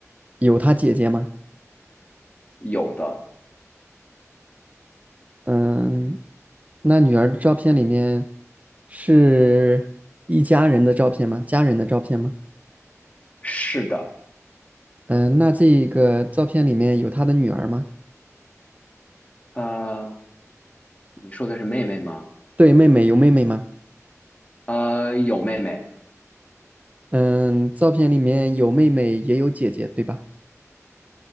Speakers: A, on the right (about 30°); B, on the left (about 30°).
A: 有她姐姐吗？
B: 有的
A: 嗯，那女儿的照片里面是一家人的照片吗？家人的照片吗？
B: 是的，
A: 嗯，那这个照片里面有她的女儿吗？
B: 呃，你说的是妹妹吗？
A: 对，妹妹有妹妹吗？
B: 呃，有妹妹，
A: 嗯，照片里面有妹妹也有姐姐，对吧？